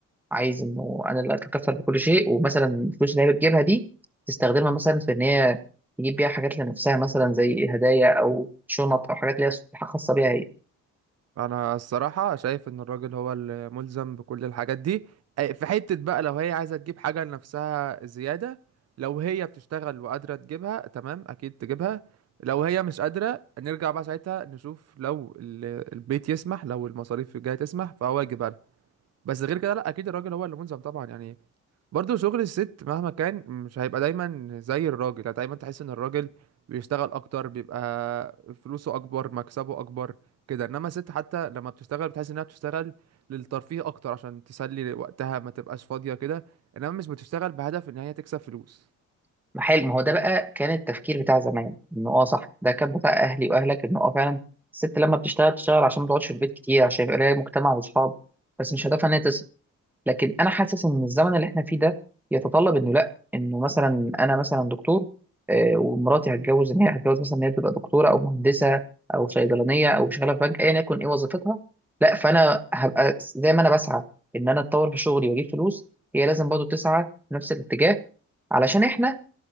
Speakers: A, in the centre; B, on the right.
A: عايز انه انا اللي اتكفل بكل شيء ومثلا الفلوس اللي هي بتجيبها دي تستخدمها مثلا في ان هي تجيب بيها حاجات لنفسها مثلا زي هدايا او شنط او حاجات اللي هي خاصه بيها هي
B: انا الصراحه شايف ان الراجل هو الملزم بكل الحاجات دي أي- في حته بقى لو هي عايزه تجيب حاجه لنفسها زياده لو هي بتشتغل وقادره تجيبها تمام اكيد تجيبها لو هي مش قادرة نرجع بقى ساعتها نشوف لو ال- البيت يسمح لو المصاريف الجاية تسمح فهو يجيبها لها. بس غير كده لا اكيد الراجل هو اللي ملزم طبعا يعني برضو شغل الست مهما كان مش هيبقى دايما زي الراجل يعني دايما تحس ان الراجل بيشتغل اكتر بيبقى فلوسه اكبر مكسبه اكبر كده انما الست حتى لما بتشتغل بتحس انها بتشتغل للترفيه اكتر عشان تسلي وقتها ما تبقاش فاضية كده انما مش بتشتغل بهدف ان هي تكسب فلوس
A: ما حلو ما هو ده بقى كان التفكير بتاع زمان انه اه صح ده كان بتاع اهلي واهلك انه اه فعلا الست لما بتشتغل تشتغل عشان ما تقعدش في البيت كتير عشان يبقى لها مجتمع واصحاب بس مش هدفها ان هي تصل لكن انا حاسس ان الزمن اللي احنا فيه ده يتطلب انه لا انه مثلا انا مثلا دكتور آه، ومراتي هتجوز ان هي هتجوز مثلا ان هي تبقى دكتوره او مهندسه او صيدلانيه او شغاله في بنك ايا يكن ايه وظيفتها لا فانا هبقى زي ما انا بسعى ان انا اتطور في شغلي واجيب فلوس هي لازم برضه تسعى في نفس الاتجاه علشان احنا